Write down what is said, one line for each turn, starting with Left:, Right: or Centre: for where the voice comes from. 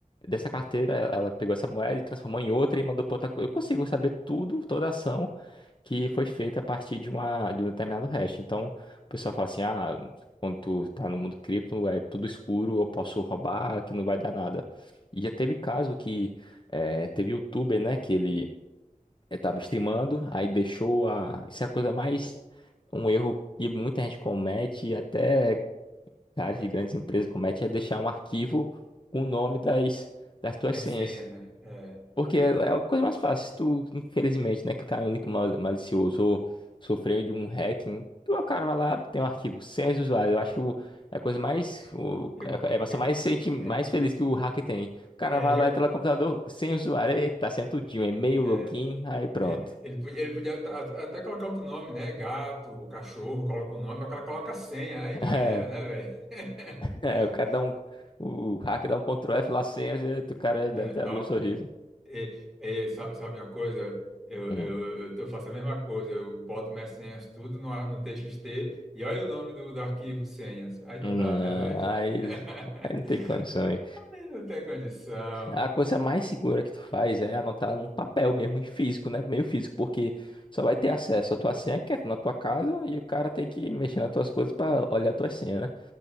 Left: Dessa carteira, ela pegou essa moeda e transformou em outra e mandou para outra coisa. Eu consigo saber tudo, toda a ação que foi feita a partir de, uma, de um determinado hash. Então, o pessoal fala assim: ah, quando tu tá no mundo cripto, é tudo escuro, eu posso roubar, que não vai dar nada. E já teve caso que eh, teve youtuber, né, que ele estava streamando, aí deixou a. Isso é a coisa mais. Um erro que muita gente comete, e até caras
Centre: é,
Left: de grandes empresas cometem, é deixar um arquivo com o nome das, das tuas
Centre: é
Left: senhas.
Centre: senha, né? É.
Left: Porque é é a coisa mais fácil. Se tu, infelizmente, né, clicar em um link mal- malicioso ou sofreu de um hacking, tu, o cara vai lá, tem um arquivo, senhas usuários. Eu acho que o- é a coisa mais. O,
Centre: Eu,
Left: é a emoção
Centre: eu,
Left: mais, sente, mais
Centre: é,
Left: feliz que o hacker tem. O cara
Centre: é,
Left: vai
Centre: eu,
Left: lá, entra no computador, sem usuário, eita, tá sendo tudinho, e-mail,
Centre: é,
Left: login, aí pronto.
Centre: É, ele, podia- ele podia at- at- até colocar outro nome, né? Gato, cachorro, coloca o nome, mas o cara coloca a senha, aí
Left: <laughs>
Centre: já
Left: É,
Centre: era, né, velho? <laughs>
Left: é, é, o cara dá um. O hacker dá um Ctrl F lá, senhas, eita, o cara
Centre: É,
Left: deve ter abrido
Centre: ó,
Left: um sorriso.
Centre: e- e sa- sabe uma coisa? Eu,
Left: Hum.
Centre: eu, eu faço a mesma coisa, eu boto minhas senhas tudo no, a- no TXT e olha o nome do, do arquivo senhas. Aí
Left: Não,
Centre: não dá, né, velho?
Left: aí,
Centre: <laughs>
Left: aí não tem condições.
Centre: Aí não tem condição.
Left: A coisa mais segura que tu faz é anotar num papel mesmo, em físico, né? Meio físico, porque só vai ter acesso à tua senha, que é na tua casa, e o cara tem que mexer nas tuas coisas pra olhar a tua senha, né?